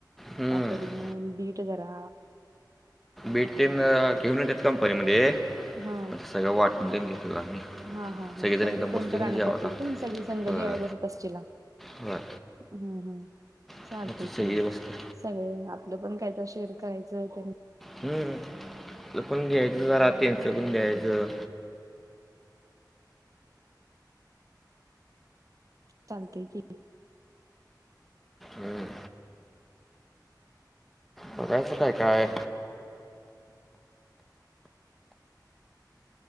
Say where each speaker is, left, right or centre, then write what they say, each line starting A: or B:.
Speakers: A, in the centre; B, on the right (about 50°).
A: हम्म.
B: काकडी म्हण बीट जरा
A: बीट तेन घेऊन येत्यात कंपनीमध्ये
B: हा
A: मग ते सगळं वाटून तेन घेतलं आम्ही
B: हा हा हा
A: सगळेजण
B: कोणतर
A: एकदम
B: कोणतर
A: बसतो की ना
B: आणत
A: जेवायला
B: असतील कणी सगळे संघ
A: होय
B: जेव्हा बसत असशीला
A: होय
B: हम् हम्म चालतय
A: मग ते सगळे
B: कि मग
A: बसतो
B: सगळ आपलं पण काय तर शेअर करायचं त्यां
A: हम्म आपण द्यायचं जरा त्याच्यापण घ्यायचं
B: चालते की
A: हम करायचं काय काय